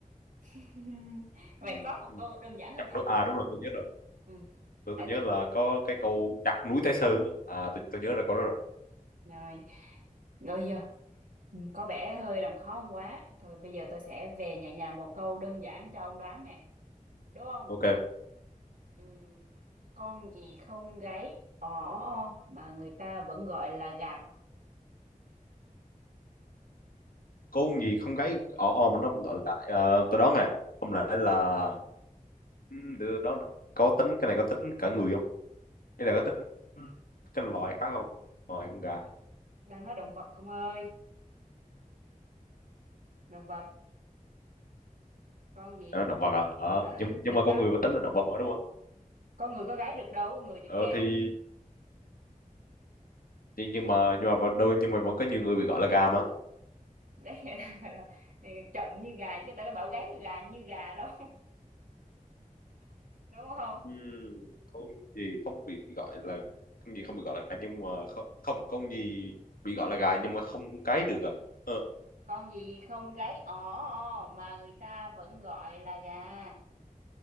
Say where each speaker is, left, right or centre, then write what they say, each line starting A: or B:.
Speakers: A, on the right; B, on the left.
A: <laughs> vậy
B: ừ.
A: có một
B: ừ.
A: câu đơn giản hơn
B: chặt
A: không
B: núi à đúng rồi tôi nhớ rồi
A: ừ
B: tôi,
A: tại
B: tôi nhớ
A: tôi
B: là có cái câu chặt núi Thái Sơn á. à tôi, tôi nhớ là câu đó rồi
A: rồi rồi vô Ừ, có vẻ hơi làm khó ông quá thôi bây giờ tôi sẽ về nhà nhà một câu đơn giản cho ông đoán nè đúng không
B: ok
A: Ừm, con gì không gáy ò ó o mà người ta vẫn gọi là gà
B: câu gì không gáy ò ò mà nó vẫn gọi là đại à, tôi đoán nè không lẽ là ừ, để tôi đoán nào. có tính cái này có tính cả người không hay là có tính cái loài khác không ngoài con gà
A: đang nói động vật không ơi động vật con gì
B: à, động vật à ờ,
A: ừ,
B: nhưng, nhưng mà
A: đang
B: con người vẫn tính là động vật mà đúng không
A: con người có gáy được đâu con người chỉ
B: ờ
A: kêu
B: thì nhưng nhưng mà nhưng mà vẫn- đôi nhưng mà vẫn có nhiều người bị gọi là gà mà
A: đấy người ta gọi là ừ, chậm như gà chứ người ta có bảo gáy gà như gà đâu <laughs> đúng không
B: Ừm, không gì không bị gọi là không gì không bị gọi là gà nhưng mà không không không gì bị gọi là gà nhưng mà không cái được à ờ
A: con gì không gáy ỏ o mà người ta vẫn gọi là gà